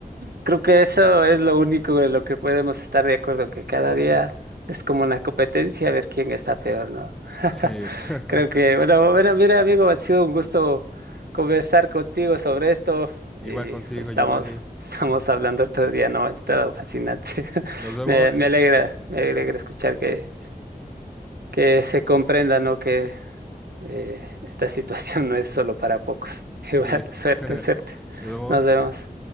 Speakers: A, on the right; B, in the centre.
A: creo que eso es lo único en lo que podemos estar de acuerdo, que cada día es como una competencia a ver quién está peor, ¿no? <laughs>
B: Sí, <laughs>
A: Creo que, bueno, bueno, mira, amigo, ha sido un gusto conversar contigo sobre esto y
B: igual contigo,
A: pues, estamos,
B: Giovanni.
A: <laughs> estamos hablando otro día, ¿no? Ha estado fascinante. <laughs>
B: Nos vemos.
A: Me, me alegra, me alegra escuchar que, que se comprenda, ¿no? Que eh, esta situación no es solo para pocos. <laughs>
B: Sí,
A: Igual, suerte,
B: <laughs>
A: suerte.
B: nos vemos.
A: Nos vemos.